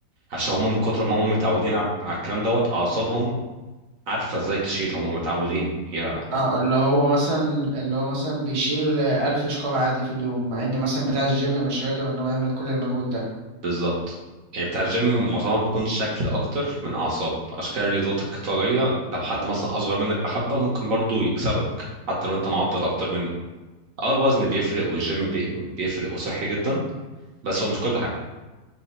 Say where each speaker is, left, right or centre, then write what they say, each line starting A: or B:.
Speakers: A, on the right (about 55°); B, on the right (about 35°).
A: عشان هم من كتر ما هم متعودين على على الكلام دوت أعصابهم عارفة ازاي تشيل هم متعودين هي
B: اه اللي هو مثلا اللي هو مثلا بيشيل ألف شكارة عادي في اليوم مع إن مثلا بتاع الجيم مش هيقدر إن هو يعمل كل المجهود ده
A: بالظبط يعني بتاع الجيم
B: اه
A: معظمها بتكون شكل أكتر من أعصاب عشان كده الرياضات القتالية لو حد مثلا أصغر منك بحبة ممكن برضو يكسبك حتى لو أنت معضل أكتر منه اه الوزن بيفرق والجيم بي- بيفرق وصحي جدا بس هو مش كل حاجة